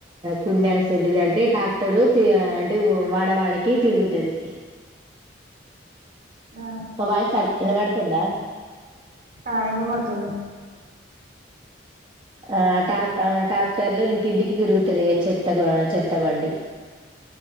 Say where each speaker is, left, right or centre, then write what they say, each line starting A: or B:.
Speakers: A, on the right; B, on the right.
A: కుండల్స్ ఉంటది అంటే ట్రాక్టరు అంటే వాడ వాడకి తిరుగుతాది
B: ఆ
A: మా వాయిస్ ఆన్ వినబడు తుందా
B: ఆ ఈనబడుతుంది
A: ఆ టాప్ ఆ టాక్టర్ల ఇంటింటికి తిరుగుతుంది చెత్త చెత్త బండి